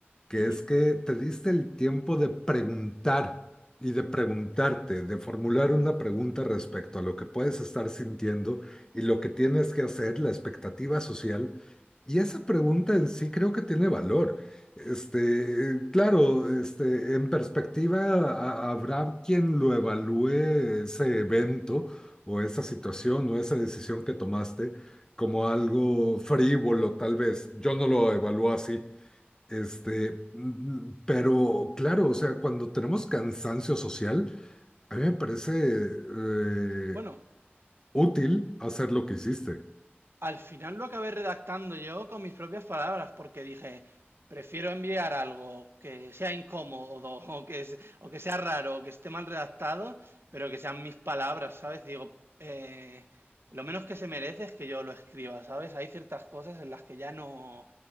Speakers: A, on the left; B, on the right.
A: que
B: ujú.
A: es que te diste el tiempo de preguntar y de preguntarte, de formular una pregunta respecto a lo que puedes estar sintiendo y lo que tienes que hacer, la expectativa social. Y esa pregunta en sí creo que tiene valor. Este, eh, claro, este, en perspectiva a- habrá quien lo evalúe ese evento o esa situación o esa decisión que tomaste como algo frívolo, tal vez. Yo no lo evalúo así. Este, mm, mm, pero claro, o sea, cuando tenemos cansancio social, a mí me parece eh,
B: Bueno,
A: útil hacer lo que hiciste.
B: Al final lo acabé redactando yo con mis propias palabras, porque dije, prefiero enviar algo que sea incómodo <laughs> o que, es- o que sea raro o que esté mal redactado, pero que sean mis palabras, ¿sabes? Digo, eh, lo menos que se merece es que yo lo escriba, ¿sabes? Hay ciertas cosas en las que ya no,